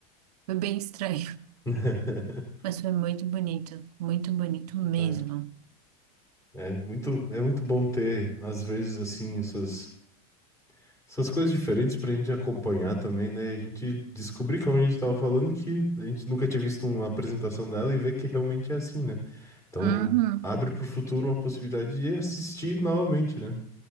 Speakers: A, on the right; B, on the left.
A: Foi bem estranho,
B: <laughs>
A: <laughs> mas foi muito bonito, muito bonito mesmo.
B: Tá. É muito, é muito bom ter, às vezes, assim, essas, essas coisas diferentes pra gente acompanhar também, né? A gente descobrir, como a gente tava falando, que a gente nunca tinha visto uma apresentação dela e ver que realmente é assim, né? Então,
A: Uhum,
B: abre pro futuro uma possibilidade de assistir novamente, né?